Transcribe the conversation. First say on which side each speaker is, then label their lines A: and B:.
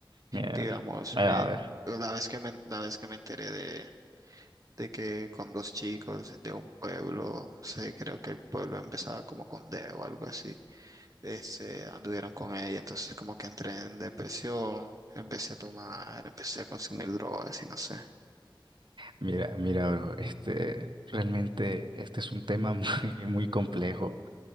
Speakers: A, on the right; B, on the right.
A: Mira,
B: digamos,
A: ahí
B: me,
A: va a ver.
B: la vez que me, la vez que me enteré de, de que con dos chicos de un pueblo, no sé, creo que el pueblo empezaba como con D o algo así este, anduvieron con ella, entonces como que entré en depresión, empecé a tomar, empecé a consumir drogas y no sé.
A: Mira, mira, bro, este, realmente este es un tema <laughs> muy, muy complejo